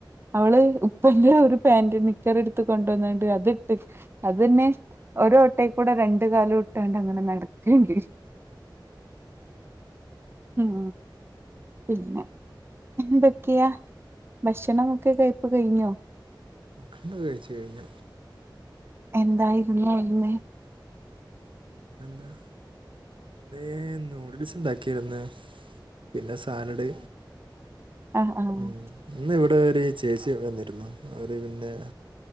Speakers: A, on the right; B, on the right.
A: അവള് ഉപ്പന്റെ ഒരു പാന്റ് നിക്കർ എടുത്ത് കൊണ്ടുവന്നാണ്ട് അത്ട്ട് അതെന്നെ, ഒരോട്ടേക്കൂടെ രണ്ട് കാലൂട്ടാണ്ടങ്ങനെ നടക്ക്ണ്ട്. ഉം, പിന്നെ! എന്തൊക്കെയാ ഭക്ഷണമൊക്കെ കയപ്പ് കഴിഞ്ഞോ?
B: ണ്ണ് കഴിച്ച് കഴിഞ്ഞ
A: എന്തായിരുന്നു ഇന്ന്.
B: പിന്നെന്താ, ന്തേ നൂഡിൽസ് ഉണ്ടാക്കായിരുന്നു. പിന്നെ സാലഡ്.
A: ആഹ് ആഹ് ആഹ്
B: ഉം ഇന്ന് ഇവിടെ ഒരു ചേച്ചി വന്നിരുന്നു, അവര് പിന്നെ